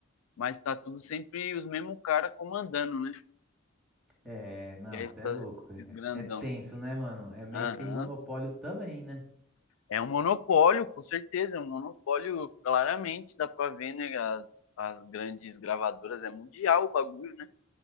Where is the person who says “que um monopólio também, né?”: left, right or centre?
Centre